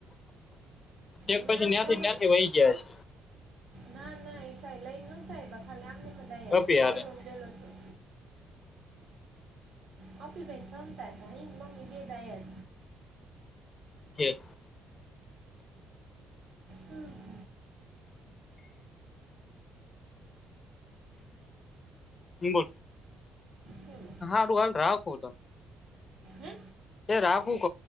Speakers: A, on the left; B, on the right.
A: એક
B: અને
A: પછી
B: આમ
A: નાયાથી
B: લગ્ન
A: નાયાથી વહી ગયા છે.
B: ના ના એ થાય લઈને ન થાય ખાલી આમને મ આવ
A: અભી હારે
B: ચેલોડેલો છું. હ અપી ભાઈ ચમતા હતા હ મમી ગ દાયાર.
A: હ <unintelligible>
B: હમ.
A: હ બોલ
B: બોલો
A: હાડું હાલ રાહ ક તો.
B: હે
A: એ રાખવું ક